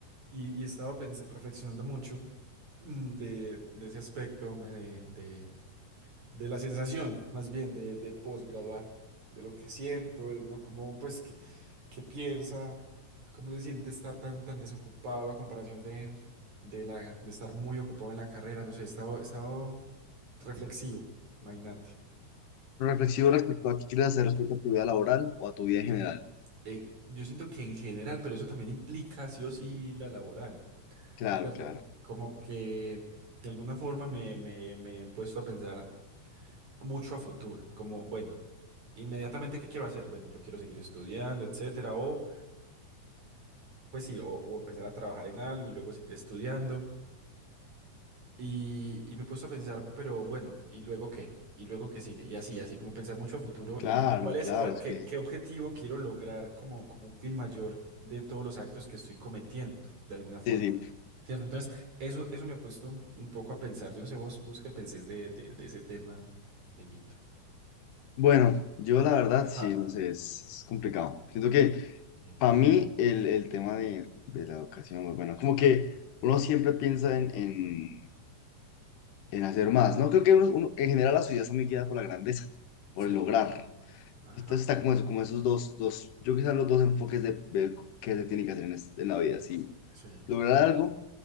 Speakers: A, on the right (about 60°); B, on the left (about 80°).
A: y, y estaba pens- reflexionando mucho mm, de, de ese aspecto, me- de, de, de la sensación, más bien, de, de posgraduar, de lo que siento, de uno cómo, pues, qué, qué piensa, cómo se siente estar tan, tan desocupado a comparación de, de, la, de estar muy ocupado en la carrera. No sé, he estado, he estado reflexivo, imagínate.
B: Pero Reflexivo respecto a qué quieres hacer respecto a tu vida laboral o a tu vida en general.
A: Eh, yo siento que en general, pero eso también implica sí o sí la laboral,
B: Claro,
A: ¿cierto?
B: claro,
A: Como que de alguna forma me, me, me he puesto a pensar mucho a futuro, como, bueno, inmediatamente, ¿qué quiero hacer? Bueno, yo quiero seguir estudiando, etcétera, o pues sí, o, o empezar a trabajar en algo y luego seguir estudiando. Y, y me he puesto a pensar, pero bueno, ¿y luego qué? ¿Y luego qué sigue? Y así, así, como pensar mucho a futuro
B: claro,
A: y, y cuál es,
B: claro,
A: cuál-
B: es
A: qué,
B: que...
A: qué objetivo quiero lograr como, como un fin mayor de todos los actos que estoy cometiendo, de alguna forma.
B: Sí, sí.
A: ¿Cierto? Entonces, eso, eso me ha puesto un poco a pensar. Yo no sé vos, vos qué pensés de, de, de ese tema, Dieguito.
B: Bueno, yo la verdad,
A: Ajá.
B: sí, no sé, es, es complicado. Siento que
A: Ujú.
B: para mí el, el tema de, de la educación, pues, bueno, como que uno siempre piensa en, en en hacer más, ¿no? Creo que uno- uno- en general la sociedad está muy guiada por la grandeza, por
A: Sí,
B: el lograr.
A: ajá,
B: Entonces está como, eso, como esos dos, dos, yo quizás los dos enfoques de, de qué se tiene que hacer en, es- en la vida, si
A: sí.
B: lograr algo